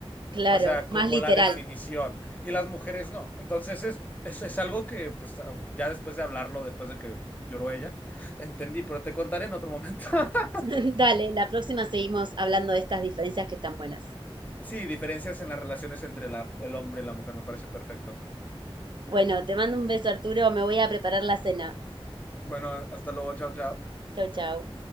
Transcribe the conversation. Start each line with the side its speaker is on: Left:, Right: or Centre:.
Right: Claro,
Left: o sea,
Right: más
Left: como
Right: literal.
Left: la definición. Y las mujeres no. Entonces es, es, es algo que pues ah, ya después de hablarlo, después de que lloró ella, entendí, pero te contaré en otro momento. <laughs>
Right: <laughs> Dale, la próxima seguimos hablando de estas diferencias que están buenas.
Left: Sí, diferencias en las relaciones entre la, el hombre y la mujer, me parece perfecto.
Right: Bueno, te mando un beso, Arturo, me voy a preparar la cena.
Left: Bueno, hasta luego, chao, chao.
Right: Chau, chau.